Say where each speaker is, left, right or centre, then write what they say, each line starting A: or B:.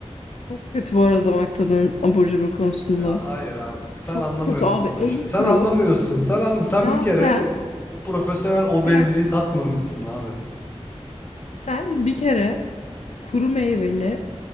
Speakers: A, on the left; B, on the left.
A: çok kötü bu arada damak tadının abur cubur konusunda.
B: Ya hayır abi. Sen
A: Çok
B: anlamıyorsun
A: kötü abi
B: bu
A: en
B: işi. Sen
A: kuru.
B: anlamıyorsun. Sen anla. Sen
A: Ya
B: bir kere
A: sen
B: o profesyonel obezliği
A: bir dakika.
B: tatmamışsın abi.
A: Sen bir kere kuru meyveli